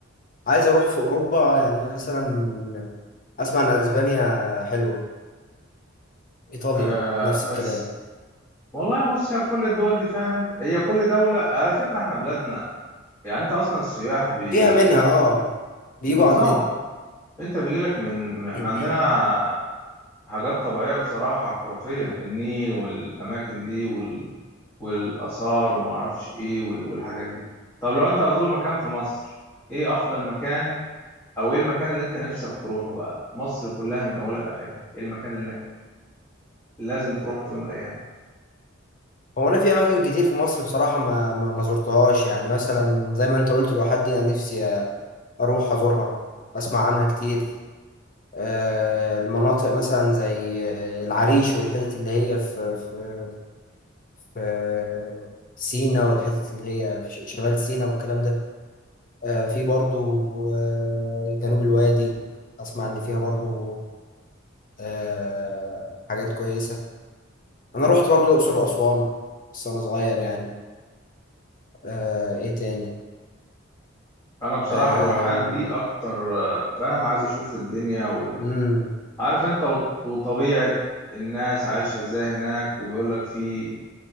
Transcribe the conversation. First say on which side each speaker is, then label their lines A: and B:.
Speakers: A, on the left; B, on the left.
A: عايز أروح في أوروبا يعني مثلا أسمع إن أسبانيا حلوة إيطاليا
B: آه،
A: نفس الكلام
B: أس... والله بص هي كل الدول دي فاهم انت هي كل دولة على فكرة احنا بلادنا يعني انت اصلا السياح بي...
A: فيها منها آه بيجوا
B: بالظبط
A: عندنا
B: انت بيجيلك من احنا
A: <clears throat>
B: عندنا حاجات طبيعية بصراحة خرافية النيل والاماكن دي وال... والاثار وما اعرفش ايه وال... والحاجات دي طب لو انت هتزور مكان في مصر ايه افضل مكان او ايه المكان اللي انت نفسك تروحه بقى مصر كلها من اولها لاخرها ايه المكان اللي لازم تروحه في يوم من الايام
A: هو انا في اماكن كتير في مصر بصراحه ما ما, ما زرتهاش يعني مثلا زي ما انت قلت الواحات دي انا نفسي اروح ازورها اسمع عنها كتير آه، المناطق مثلا زي العريش والحتت اللي هي في في في سينا والحتت اللي هي في ش- شمال سينا والكلام ده آه، في برضو آه، جنوب الوادي اسمع ان فيها برضو آه، حاجات كويسه انا رحت برضو الاقصر واسوان بس وانا صغير يعني آه، ايه تاني
B: انا بصراحه
A: آم،
B: الواحات دي اكتر آه، فاهم عايز اشوف الدنيا وال...
A: مم،
B: عارف انت وط- وطبيعه الناس عايشه ازاي هناك وبيقول لك في